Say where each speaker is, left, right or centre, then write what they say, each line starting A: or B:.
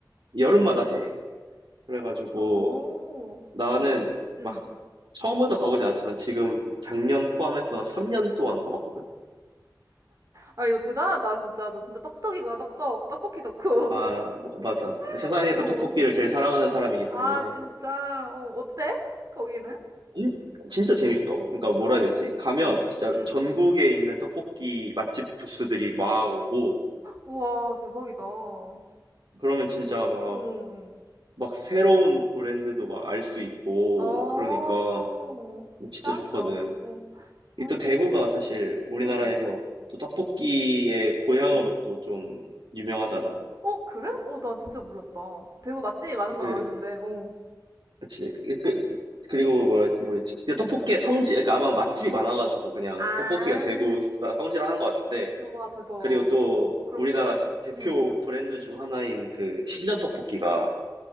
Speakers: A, on the right; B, on the right.
A: 여름마다
B: 응.
A: 해. 그래가지고
B: 오.
A: 나는
B: 응.
A: 막
B: 응.
A: 처음부터 가보지 않았지만 지금 작년 포함해서 3년 동안 가봤거든.
B: 아, 이거 대단하다, 진짜. 너 진짜 떡떡이구나 떡떡 떡볶이 덕후.
A: 아, 뭐, 맞아. 세상에서
B: <laughs> 어.
A: 떡볶이를 제일 사랑하는 사람이기
B: 아,
A: 때문에.
B: 진짜. 어, 어때? 거기는?
A: 일- 진짜 재밌어. 그러니까 뭐라
B: 어.
A: 해야 되지? 가면
B: 응,
A: 진짜
B: 응.
A: 전국에 있는 떡볶이 맛집 부스들이 막 오고,
B: 우와, 대박이다. 어,
A: 그러면 진짜 막,
B: 응.
A: 막 새로운 브랜드도 막 알 수 있고,
B: 어,
A: 막 그러니까 진짜
B: 짱이다.
A: 좋거든.
B: 어, 어.
A: 이 또 대구가 사실 우리나라에서
B: 응,
A: 또 떡볶이의 고향으로
B: 응.
A: 또 좀 유명하잖아.
B: 어, 그래? 어, 난 진짜 몰랐다. 대구 맛집이 많은
A: 그,
B: 건 알았는데, 어,
A: 그치. 그,
B: 어.
A: 그리고 뭐야, 뭐였지? 근데 떡볶이의 성지, 그러니까 아마 맛집이 많아가지고 그냥
B: 아.
A: 떡볶이가 대구 성지를 하는 것 같은데,
B: 와, 대박.
A: 그리고 또
B: 그렇구나.
A: 우리나라 대표
B: 응.
A: 브랜드 중 하나인 그 신려 떡볶이가